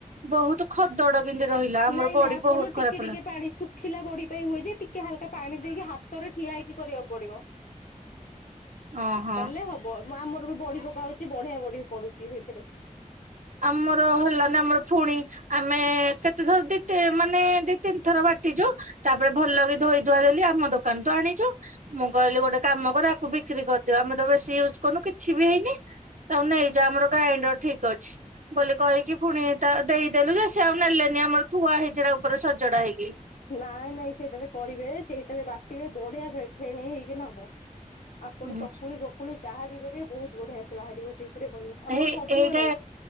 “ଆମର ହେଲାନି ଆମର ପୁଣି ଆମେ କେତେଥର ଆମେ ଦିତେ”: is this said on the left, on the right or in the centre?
Right